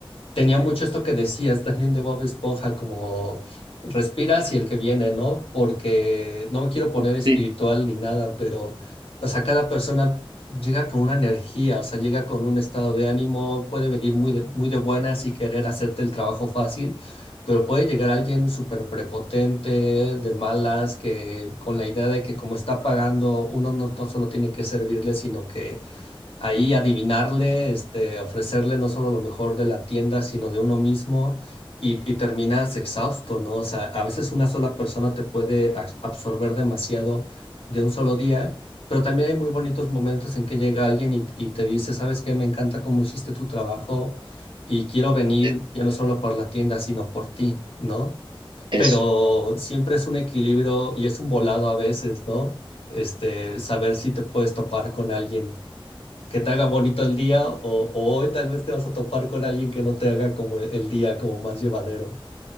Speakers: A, on the left; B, on the right.
A: tenía mucho esto que decías también de Bob Esponja, como respiras y el que viene, ¿no? Porque no me quiero poner espiritual
B: Sí,
A: ni nada, pero o sea, cada persona llega con una energía, o sea, llega con un estado de ánimo, puede venir muy de, muy de buenas y querer hacerte el trabajo fácil, pero puede llegar alguien súper prepotente, de malas, que con la idea de que como está pagando, uno no to- solo tiene que servirle, sino que ahí adivinarle, este, ofrecerle no solo lo mejor de la tienda, sino de uno mismo y, y terminas exhausto, ¿no? O sea, a veces una sola persona te puede abs- absorber demasiado de un solo día, pero también hay muy bonitos momentos en que llega alguien y, y te dice, ¿sabes qué? Me encanta cómo hiciste tu trabajo y quiero venir
B: e-
A: ya no solo por la tienda, sino por ti, ¿no?
B: eso.
A: Pero siempre es un equilibrio y es un volado a veces, ¿no? Este, saber si te puedes topar con alguien que te haga bonito el día o, o hoy tal vez te vas a topar con alguien que no te haga como el el día como más llevadero.